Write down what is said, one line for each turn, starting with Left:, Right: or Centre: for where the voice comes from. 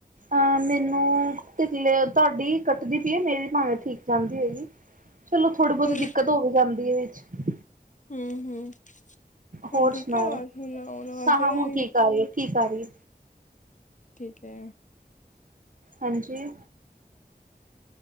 Right: ਅਹ ਮੈਨੂੰ ਕਿਤਲੇ ਤਾਡੀ ਕੱਟਦੀ ਪਈ ਏ, ਮੇਰੀ ਭਾਵੇਂ ਠੀਕ ਆਂਦੀ ਹੋਵੇਗੀ। ਚਲੋ ਥੋੜੀ ਬੋਤੀ
Left: ਹੁਣ
Right: ਦਿੱਕਤ ਹੋ ਵੀ ਜਾਂਦੀ ਏ, ਇਹ ਚ
Left: ਹਮ -ਹਮ ਹੁਣ
Right: ਹੋਰ
Left: ਠੀਕੈ
Right: ਸੁਣਾਓ?
Left: ਆਵਾਜ਼, ਹੁਣ ਆਵਾਜ
Right: ਹਾਂ
Left: ਸਹੀ
Right: ਹਾਂ ਹੁਣ
Left: ਆਰੀ
Right: ਠੀਕ
Left: <unintelligible> ਏ।
Right: ਆ ਰਹੀ ਹੈ ਠੀਕ ਆਰੀ ਏ।
Left: ਠੀਕੈ।
Right: ਹਾਂਜੀ।